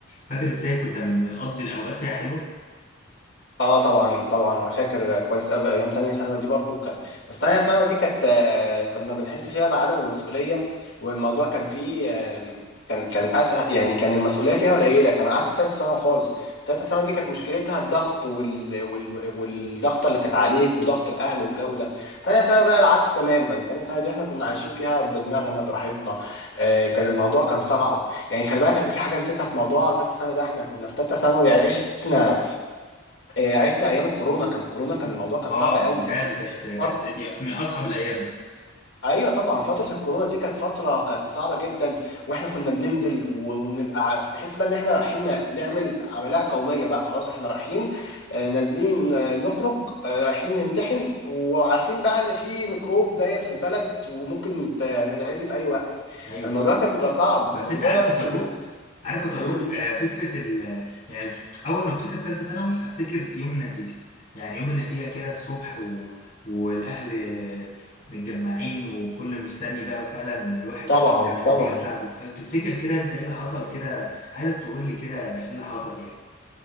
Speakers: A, on the left; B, on the left.
A: فاكر إزاي كنا بن- بنقضي الأوقات فيها حلوة
B: اه طبعا طبعا انا فاكر كويس قوي ايام تانية ثانوي دي برضو كانت بس تانية ثانوي دي كانت آه، كنا بنحس فيها بعدم المسؤولية والموضوع كان فيه آه، كان كان اسهل يعني كان المسؤولية فيها قليلة كان عكس تالتة ثانوي خالص تالتة ثانوي دي كانت مشكلتها الضغط وال... وال... والضغط اللي كانت عليك وضغط الاهل والجو ده تانية ثانوي بقى العكس تماما تانية ثانوي دي احنا كنا عايشين فيها بدماغنا براحتنا آه، كان الموضوع كان صعب يعني خلي بالك انت في حاجة نسيتها في موضوع تالتة ثانوي ده احنا كنا في تالتة ثانوي عشنا آه، عشنا ايام الكورونا كان الكورونا كان الموضوع كان
A: آه
B: صعب قوي
A: يا دي كانت كانت
B: فط...
A: دي من أصعب الأيام دي
B: ايوه طبعا فتره الكورونا دي كانت فتره كانت صعبه جدا واحنا كنا بننزل و- وبنبقى ع- تحس بقى ان احنا رايحين ن- نعمل عمليه قوميه بقى خلاص احنا رايحين آه، نازلين آه، نخرج آه، رايحين نمتحن وعارفين بقى ان في ميكروب داير في البلد وممكن ت- نتعدي في اي وقت
A: أيوه
B: فالموضوع كان بيبقى صعب
A: بس
B: الموضوع
A: انت عارف
B: ده
A: يا
B: كان
A: طروق
B: بيبقى صعب
A: عارف يا طروق
B: امم
A: آه فكره ال يعني اول ما افتكر ثالثه ثانوي افتكر يوم نتيجه يعني يوم النتيجه كده الصبح و... والاهل متجمعين وكل مستني بقى فعلا الواحد
B: طبعا
A: جاب النتيجه
B: طبعا
A: بتاعته ف- تفتكر كده انت ايه اللي حصل كده عايزك تقول لي كده ايه اللي حصل يعني